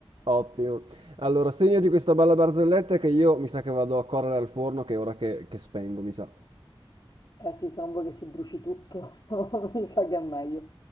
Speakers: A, on the right; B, on the left.
A: Ottimo. Allora, segnati questa bella barzelletta che io mi sa che vado a correre al forno che è ora che, che spengo, mi sa.
B: Eh sì, se non vuoi che si bruci tutto, <laughs> mi sa che è meglio.